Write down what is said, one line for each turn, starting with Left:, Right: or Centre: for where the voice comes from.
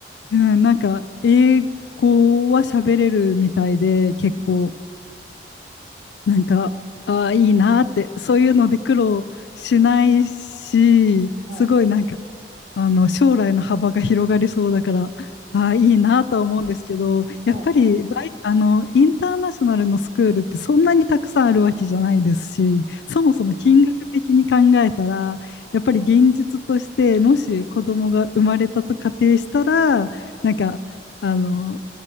Left: り、うん、なんか英語は喋れるみたいで、結構、
Right: はい。
Left: なんか、ああ、いいなって、そういうので苦労しないし、
Right: はい。
Left: すごいなんかあの将来の幅が広がりそうだから、ああ、いいなとは思うんですけど、
Right: はい。
Left: やっぱりバイ、あの、インターナショナルのスクールってそんなにたくさんあるわけじゃないですし、そもそも金額的に考えたら、やっぱり現実として、もし子供が生まれたと仮定したら、なんか、あの、